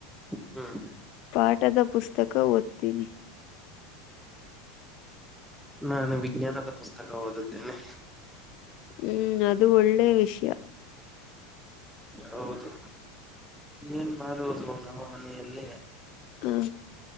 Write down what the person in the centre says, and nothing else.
ಹ್ಮ್
ನಾನು ವಿಜ್ಞಾನದ ಪುಸ್ತಕ ಓದುತ್ತೇನೆ.
ಹೌದು ಏನ್ ಮಾಡುವುದು ನಮ್ಮ ಮನಲ್ಲ.